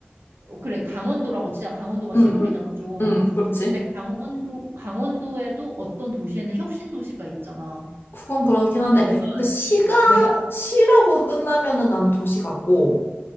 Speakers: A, on the right (about 65°); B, on the left (about 60°).
A: 어, 그래, 강원도라고 치자. 강원도가 시골이잖아,
B: 응, 응,
A: 좀.
B: 응, 그렇지.
A: 근데 강원도, 강원도에도 어떤 도시에는 혁신 도시가 있잖아.
B: 그건 그렇긴 한데,
A: 근데 내가,
B: 근데 시가,
A: 내가,
B: 시라고 끝나면은 나는 도시 같고,